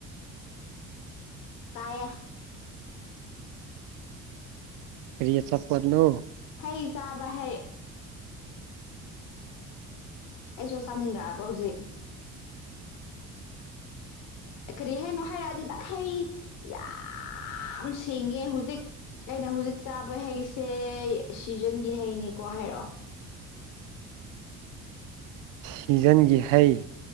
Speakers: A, on the left; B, on the right.
A: ꯆꯌꯦ
B: ꯀꯔꯤ ꯑꯆꯥꯄꯣꯠꯅꯣ
A: ꯍꯩ ꯆꯥꯕ ꯍꯩ ꯑꯩꯁꯨ ꯆꯥꯅꯤꯡꯗꯛꯑꯕ ꯍꯧꯖꯤꯛ ꯀꯔꯤ ꯍꯥꯏꯅꯣ ꯍꯥꯏꯔꯛꯑꯗꯤ ꯍꯩ ꯌꯥꯝ ꯁꯦꯡꯉꯦ ꯍꯧꯖꯤꯛ ꯑꯩꯅ ꯍꯧꯖꯤꯛ ꯆꯥꯕ ꯍꯩꯁꯦ ꯁꯤꯖꯟꯒꯤ ꯍꯩꯅꯦꯀꯣ ꯍꯥꯏꯔꯛꯑꯣ
B: ꯁꯤꯖꯟꯒꯤ ꯍꯩ